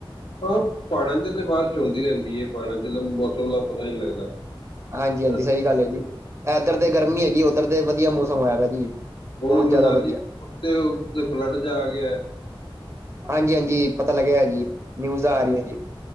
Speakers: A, on the left; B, on the right.
A: ਆਹ, ਪਹਾੜਾਂ 'ਚ ਤੇ ਬਾਰਿਸ਼ ਹੁੰਦੀ ਰਹਿੰਦੀ ਹੈ, ਪਹਾੜਾਂ 'ਚ ਤਾਂ ਮੌਸਮ ਦਾ ਪਤਾ ਹੀ ਨਹੀਂ ਲੱਗਦਾ
B: ਹਾਂਜੀ -ਹਾਂਜੀ,
A: ਹਾਂ,
B: ਸਹੀ ਗੱਲ ਹੈ ਜੀ। ਇੱਧਰ ਤੇ ਗਰਮੀ ਹੈ ਜੀ, ਉੱਧਰ ਤੇ ਵਧੀਆ ਮੌਸਮ ਹੋਇਆ ਪਿਆ ਜੀ
A: ਹੁਣ
B: ਬਹੁਤ
A: ਮਨਾਲੀ,
B: ਜ਼ਿਆਦਾ ਵਧੀਆ
A: ਤੇ ਫਲਡ 'ਚ ਆ ਗਿਆ
B: ਹਾਂਜੀ -ਹਾਂਜੀ, ਪਤਾ ਲੱਗਿਆ ਜੀ। ਨਿਊਜ਼ ਆ ਰਹੀਆਂ ਜੀ।